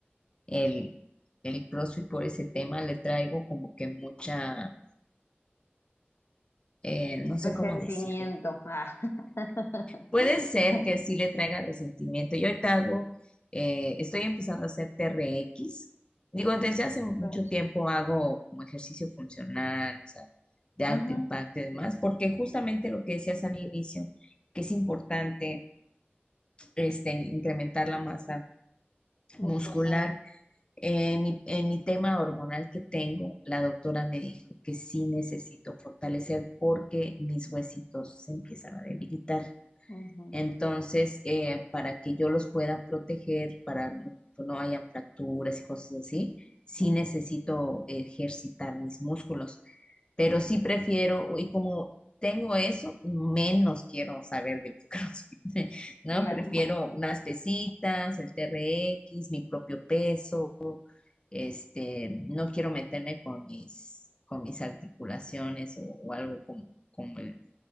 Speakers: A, on the left; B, on the left.
A: el el CrossFit por ese tema, le traigo como que mucha eh, no sé
B: Resentimiento.
A: cómo decirlo
B: Ah. <laughs>
A: Puede ser que sí le traiga resentimiento. Yo ahorita hago, eh, estoy empezando a hacer TRX. Digo, desde hace mucho
B: Pues,
A: tiempo hago como ejercicio funcional, o sea, de alto
B: ujú,
A: impacto y demás, porque justamente lo que decías al inicio, que es importante este, incrementar la masa
B: Muscular.
A: muscular. En mi, en mi tema hormonal que tengo, la doctora me dijo que sí necesito fortalecer porque mis huesitos se empiezan a debilitar.
B: ujú,
A: Entonces, eh, para que yo los pueda proteger, para que no hayan fracturas y cosas así, sí
B: ujú,
A: necesito ejercitar mis músculos. Pero sí prefiero, y como tengo eso, menos quiero saber del <laughs> CrossFit, ¿no?
B: Claro.
A: Prefiero unas pesitas, el TRX, mi propio peso, este, no quiero meterme con mis, con mis articulaciones o, o algo como, como el